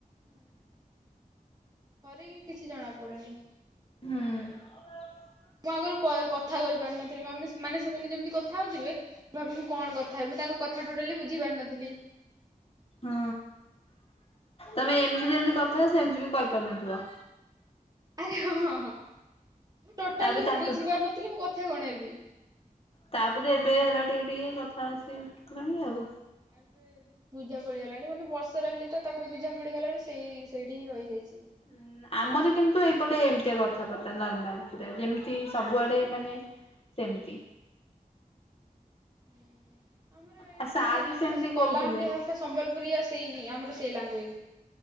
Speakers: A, on the right; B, on the left.
A: ହୁଁ। ଥରେକେ କିଛି ଜଣା ପଡ଼ୁନି।
B: ହୁଁ।
A: ମୁଁ ଆଗରୁ କ କଥା କହି ପାରିନଥିଲି ମାନେ ସେମାନେ ଯେମିତି କଥା ହଉଥିବେ।। ଭାବିବି ମୁଁ କଣ କଥା ହେବି ମୁଁ ତାଙ୍କ କଥା ଟୋଟାଲି ବୁଝି ପାରିନଥିଲି।
B: ହଁ ତୋମେ ଏମିତି ଯେମିତି କଥା ସେମତି ବି କହିପାରୁନଥିବ।
A: ଆରେ ହଁ, ହଁ, ହଁ ମୁଁ ଟୋଟାଲି
B: ତାପରେ
A: ତୋମକୁ
B: ତାଙ୍କ
A: ବୁଝିପାରୁ ନଥିଲି ମୁଁ କଥା କଣ ହେବି।
B: ତାପରେ ଏବେ ହେରା ଟିକେ ଟିକେ କଥା ଶି- ଶିଖିଲାଣି ଆଉ।
A: ଏବେ ବୁଝା ପଡ଼ିଗଲାଣି, ମାନେ ବର୍ଷ ରହିଲି ତ ତାପରେ ବୁଝା ପଡ଼ିଗଲାରୁ ସେଇ ସେଇଠି ହିଁ ରହିଯାଇଛି ଏବେ।
B: ଉଁ ଆମର କିନ୍ତୁ ଏଇପଟେ ଏମିତିଆ କଥାବାର୍ତ୍ତା ନର୍ମାଲ, ପୁରା ଯେମିତି ସବୁଆଡ଼େ ମାନେ ସେମିତି।
A: ହୁଁ, ଆମର ଏଇଠି
B: ଆଉ ସାର୍
A: ସେମିତି ନାହିଁ,
B: ବି
A: ଆମର ସେ କଲାହାଣ୍ଡିଆ
B: କହୁଥିଲେ।
A: ଭାଷ ସେ ସମ୍ବଲପୁରୀଆ ସେଇ ଆମର ସେଇ ଲାଙ୍ଗୁଏଜ୍।